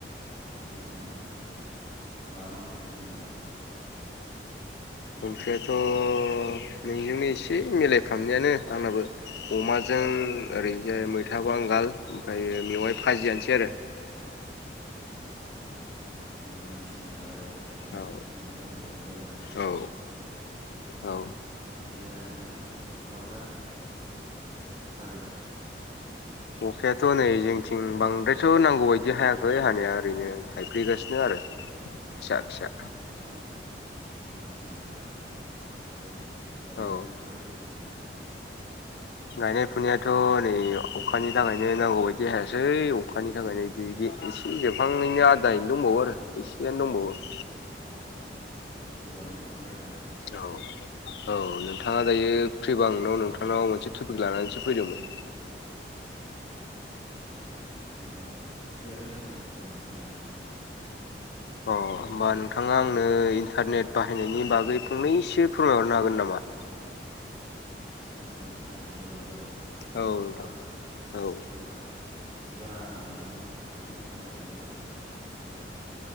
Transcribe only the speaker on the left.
ओंख्रियाथ' नोंजोंनो एसे मिलायफ्रामनायानो आंनाबो। अमाजों ओरैजाय मैथा बांगाल
ओमफ्रायो मेवाय फाजियानोसै आरो।
औ
औ
औ
अखायाथ' नै जोंथिं बांद्रायथ' नांगौ बायदि हायाखै हानाया ओरैनो थाइफ्रिगासिनो आरो।
फिसा फिसा
औ
गायनाय फुनायाथ' नै अखानि थाखायनो नांगौ बायदि जायासै अखानि थाखायनो दिगि एसे जोबहांनायनि आदायैनो दंबावो आरो एसेयानो दंबावो।
औ औ नोंथाङा दायो फ्रिबा आं नोंथांनाव मोनसे टपिक लानानैसो फैदोंमोन
अ होमबा नोंथाङा आंनो इन्टारनेट बाहायनायनि बागै फंनैसो फोरमायहरनो हागोन नामा?
औ नोंथां
औ